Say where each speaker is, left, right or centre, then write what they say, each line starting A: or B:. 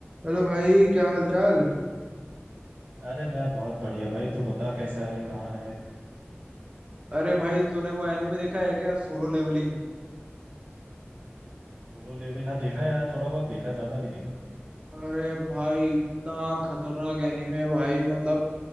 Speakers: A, on the right; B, on the right.
A: Hello भाई क्या हाल चाल
B: अरे मैं बहुत बढ़िया भाई तू बता कैसा है कहाँ है
A: अरे भाई तूने वो एनीमे देखा है क्या Solo Leveling
B: सोलो लेवलिंग हाँ देखा है यार थोड़ा बहुत देखा ज्यादा नहीं देखा कभी
A: अरे भाई इतना खतरनाक एनीमे है भाई मतलब